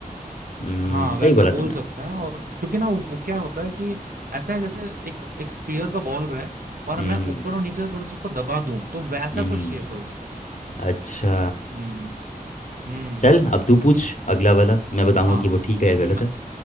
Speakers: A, on the left; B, on the right.
A: हम्म
B: हाँ वैसा
A: सही बोला
B: बोल
A: तूने
B: सकते हैं और क्योंकि ना वो, वो क्या होता है कि ऐसा है जैसे एक एक स्पीयर का बॉल रहे और
A: हम्म
B: मैं ऊपर और नीचे से थोड़ा सा उसको दबा दूं तो वैसा
A: हम्म
B: कुछ शेप है उसका
A: अच्छा
B: हम्म हम्म
A: चल अब तू पूछ अगला वाला मैं बताऊंगा
B: हाँ
A: कि वो ठीक है या
B: मैं
A: गलत है